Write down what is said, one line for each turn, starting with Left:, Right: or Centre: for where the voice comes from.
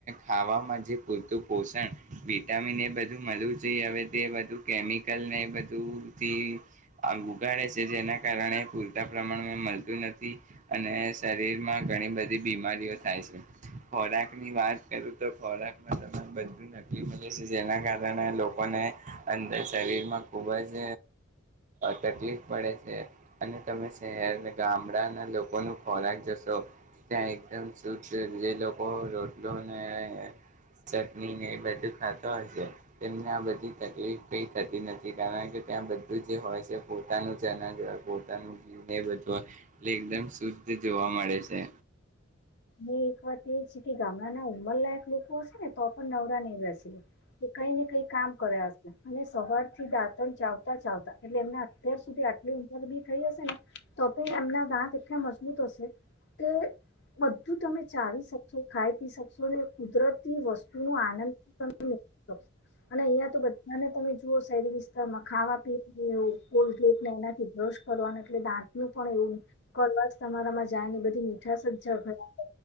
Right: ખાવામાં જે પૂરતું પોષણ વિટામિન એ બધું મળવું જોઈએ હવે તે બધું કેમિકલને એ બધુંથી ઉગાડે છે જેના કારણે પૂરતા પ્રમાણમાં મળતું નથી અને શરીરમાં ઘણી બધી બીમારીઓ થાય છે ખોરાકની વાત કરું તો ખોરાકમાં તમને બધું નકલી મળે છે જેના કારણે લોકોને અંદર શરીરમાં ખૂબ જ તકલીફ પડે છે અને તમે શહેર ગામડાના લોકોનું ખોરાક જશો ત્યાં એકદમ શુદ્ધ જે લોકો રોતલોને ચટણીને એ બધું ખાતો હોય છે તેમને આ બધી તકલીફ કઈ થતી નથી કારણ કે ત્યાં બધું જે હોય છે પોતાનું જનાજ હોય પોતાનું જીવને એ બધુંય એ એકદમ શુદ્ધ જોવા મળે છે.
Left: એક વાત ગામડાના ઉંમરલાયક લોકો હશે ને તો પણ નવરા નય રહશે એ કઈ ને કઈ કામ કર્યા હશે અને સવારથી દાંતણ ચાવતા ચાવતા એટલે એમના અત્યાર સુધી આટલી ઉમર બી થઈ હશે ને તો પણ એમના દાંત એટલા મજબૂત હશે કે બધુ તમે ચાવી શકશો ખાઈ પી શકશો કુદરતી વસ્તુ નો આનંદ તમે અને અહિયાં તો બધાને તમે જુઓ શહેરી વિસ્તારમાં ખાવા પીવાનું એવું કોલગેટને એનાથી બ્રશ કરવાનું એટલે દાંતનું પણ એવું ન કરવા તમારામાં જાય ને બધી મીઠા સજ જઘડા